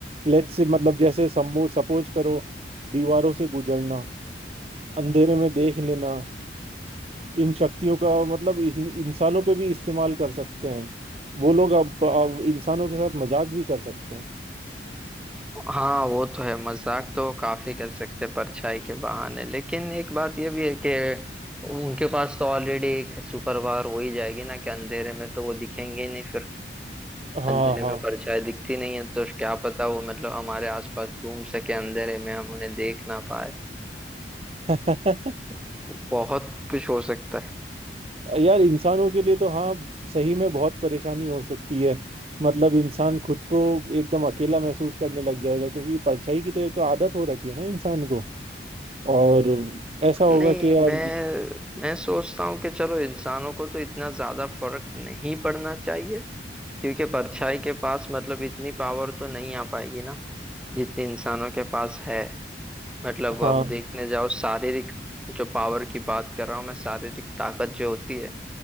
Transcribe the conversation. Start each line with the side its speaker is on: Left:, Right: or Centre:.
Right: लेट्स से मतलब जैसे समो सपोज करो दीवारों से गुजरना अंधेरे में देख लेना इन शक्तियों का मतलब इन, इंसानों पे भी इस्तेमाल कर सकते हैं वो लोग अब, अब इंसानों के साथ मजाक भी कर सकते हैं
Centre: हाँ वो तो है मजाक तो काफी कर सकते हैं परछाई के बहाने लेकिन एक बात ये भी है कि उनके पास तो ऑलरेडी एक सुपर पावर हो ही जाएगी ना कि अंधेरे में तो वो दिखेंगे ही नहीं फिर
Right: हाँ
Centre: अंधेरे
Right: हाँ
Centre: में परछाई दिखती नहीं है तो क्या पता वो मतलब हमारे आसपास घूम सके अंधेरे में हम उन्हें देख ना पाए
Right: <laughs> हाँ।
Centre: बहुत कुछ हो सकता है
Right: यार इंसानों के लिए तो हाँ सही में बहुत परेशानी हो सकती है मतलब इंसान खुद को एकदम अकेला महसूस करने लग जाएगा क्योंकि परछाई की तो एक तो आदत हो रखी है ना इंसान को और ऐसा होगा
Centre: नहीं
Right: कि यार
Centre: मैं मैं सोचता हूँ कि चलो इंसानों को तो इतना ज्यादा फर्क नहीं पड़ना चाहिए क्योंकि परछाई के पास मतलब इतनी पावर तो नहीं आ पाएगी ना जितनी इंसानों के पास है मतलब
Right: हाँ
Centre: अब देखने जाओ शारीरिक जो पावर की बात कर रहा हूँ मैं शारीरिक ताकत जो होती है